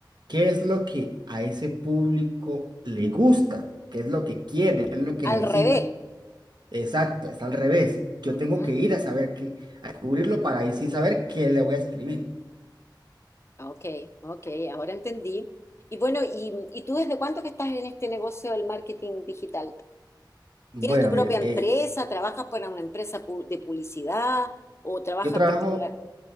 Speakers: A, on the right; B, on the left.
A: qué es lo que a ese público le gusta, qué es lo que quiere, qué es lo que
B: Al
A: necesita.
B: revés.
A: Exacto, es al revés. Yo
B: Ujú.
A: tengo que ir a saber qué, a descubrirlo para ahí sí saber qué le voy a escribir.
B: Ah, Ok, ok, ahora entendí. Y bueno, y, ¿y tú desde cuánto que estás en este negocio del marketing digital?
A: Bueno,
B: ¿Tienes tu propia
A: mira,
B: empresa?
A: eh,
B: ¿Trabajas para una empresa pu- de publicidad o trabajas
A: yo trabajo,
B: particular?